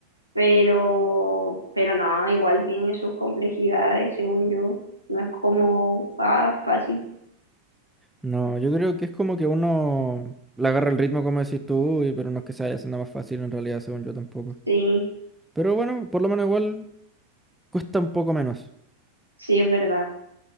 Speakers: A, on the right; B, in the centre.
A: pero, pero no, igual tiene sus complejidades, según yo, no es como ah, fácil,
B: no, yo creo que es como que uno le agarra el ritmo, como decís tú, y, pero no es que se vaya haciendo más fácil en realidad, según yo tampoco.
A: sí,
B: Pero bueno, por lo menos igual cuesta un poco menos.
A: sí es verdad.